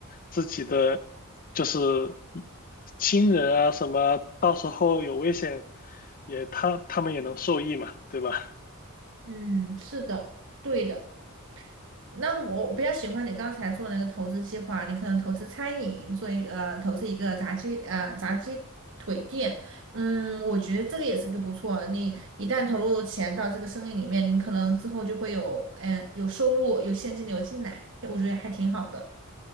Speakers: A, on the left; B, on the right.
A: 自己的，就是亲人啊什么，到时候有危险也他他们也能受益嘛，对吧？
B: 嗯，是的，对的。那我我比较喜欢你刚才说的那个投资计划，你可能投资餐饮，做一个呃投资一个炸鸡呃炸鸡腿店，嗯，我觉得这个也是一个不错。你一旦投入钱到这个生意里面，你可能之后就会有嗯、呃有收入，有现金流进来，我觉得还挺好的。